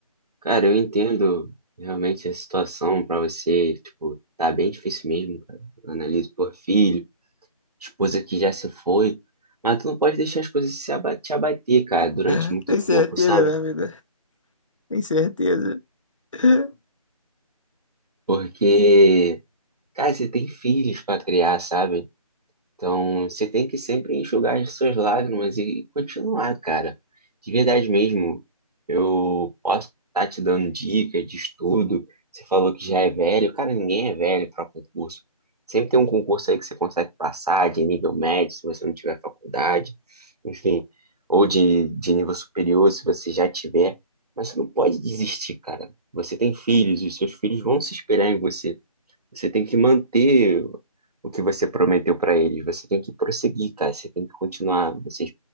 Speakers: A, on the right; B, on the left.
A: Cara, eu entendo realmente a situação pra você, tipo, tá bem difícil mesmo, cara. Analise por filho, esposa que já se foi, mas tu não pode deixar as coisas se aba- te abater, cara,
B: <laughs>
A: durante muito
B: Tem certeza,
A: tempo, sabe?
B: meu amigo? Tem certeza. <laughs>
A: Porque, cara, você tem filhos pra criar, sabe? Então, você tem que sempre enxugar as suas lágrimas e continuar, cara. De verdade mesmo, eu posso estar te dando dicas de estudo. Você falou que já é velho. Cara, ninguém é velho para concurso. Sempre tem um concurso aí que você consegue passar de nível médio, se você não tiver faculdade, enfim, ou de, de nível superior, se você já tiver. Mas você não pode desistir, cara. Você tem filhos, os seus filhos vão se esperar em você. Você tem que manter o que você prometeu para eles. Você tem que prosseguir, cara. Você tem que continuar. Você,